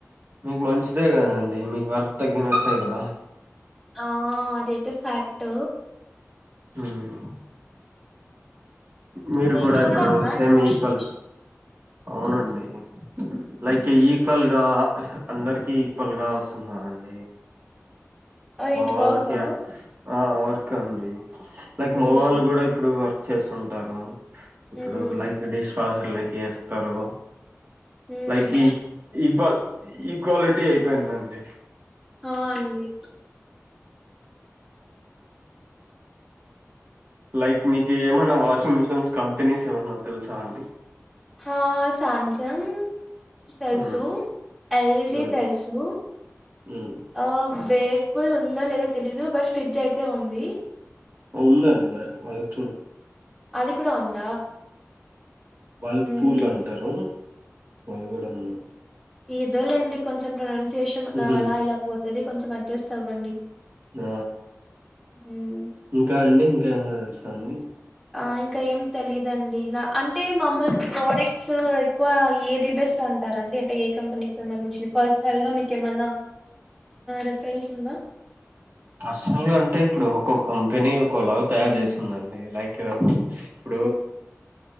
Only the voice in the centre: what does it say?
ఆ అదైతే ఫ్యాక్ట్
మీ
ఇంట్లో
ఉందా అండి
వాషింగ్
మిషిన్
ఆ ఏంటి
వర్కా
హ్మ్
హ్మ్
హ్మ్.
హ అండి
హ సాంసంగ్ తెలుసు
ఎల్ జి
తెలుసు
ఆ వేర్ ఫుల్ ఉందో లేదా తెలీదు బట్ ఫ్రిడ్జ్ అయితే ఉంది
అది కూడా ఉంది
మ్మ్
ఏదో లేండి కొంచెం ప్రొనౌన్సియేషన్
అలా ఇలా పోతుంది కొంచెం అడ్జస్ట్ అవ్వండి
మ్మ్
ఆ ఇంకా ఏం తెలియదుండి నా అంటే మమ్మలు ప్రోడక్ట్స్ ఎక్కువ ఏది ఇస్తూంటారం అడి అంటే ఏ కంపెనీ క సంబంధించి పర్సనల్ గా మీక ఏమన్నా రెఫరెన్స్ ఉందా